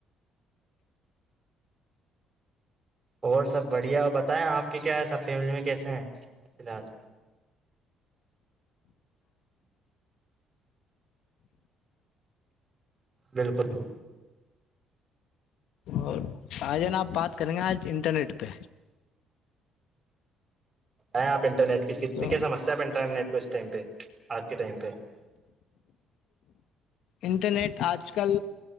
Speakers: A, on the right; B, on the left.
A: اور سب بڑھیا اور بتائیں آپ کے کیا ہے سب فیملی میں کیسے ہیں فی الحال ملکن
B: اور آ جانا آپ بات کریں گے آج انٹرنیٹ پہ
A: یں آپ انٹرنیٹ کی کتنی
B: تو
A: کیا سمسیا ہے انٹرنیٹ کو اس ٹائم پہ آج کے ٹائم پہ <unintelligible>
B: انٹرنیٹ آج کل